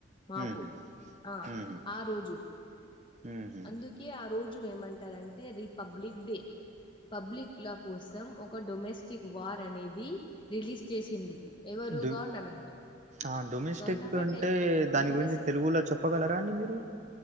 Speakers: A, on the left; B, on the right.
A: మాకు
B: ఉమ్ ఉహు
A: ఆ
B: ఉహు
A: ఆ రోజు
B: ఉహు
A: అందుకే ఆ రోజు ఏమంటారంటే రిపబ్లిక్ డే పబ్లిక్ లా కోసం ఒక డొమెస్టిక్ వార్ అనేది రిలీజ్ చేసింది ఎవరు
B: డొ
A: గవర్నమెంట్
B: ఆ డొమెస్టిక్
A: గవర్నమెంట్
B: అంటే దాని
A: డొమెస్
B: గురించి తెలుగులో చెప్పగలరా అండి మీరు